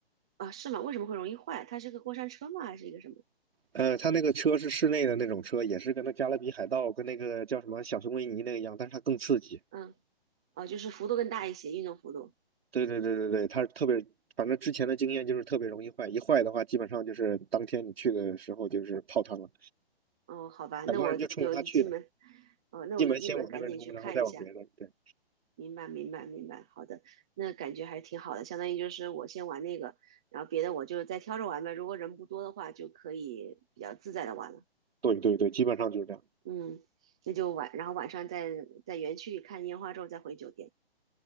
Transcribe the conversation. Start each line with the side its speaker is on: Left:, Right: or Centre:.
Centre: 啊，是吗？为什么会容易坏？它是个过山车吗？还是一个什么？
Right: 呃，它那个车是室内的那种车，也是跟那《加勒比海盗》跟那个叫什么《小熊维尼》那个一样，但是它更刺激。
Centre: 嗯，哦，就是幅度更大一些，运动幅度。
Right: 对对对对对，它特别，反正之前的经验就是特别容易坏，一坏的话，基本上就是当天你去的时候就是泡汤了。
Centre: 哦，好吧，
Right: 很多人就冲着它去的，
Centre: 那我就一进门，哦，那我一进门赶紧去看一下。
Right: 进门先往那边冲，然后再往别的。对。
Centre: 明白，明白，明白。好的，那感觉还挺好的，相当于就是我先玩那个，然后别的我就再挑着玩呗。如果人不多的话，就可以比较自在的玩了。
Right: 对对对，基本上就是这样。
Centre: 嗯，那就晚，然后晚上在在园区里看烟花之后再回酒店。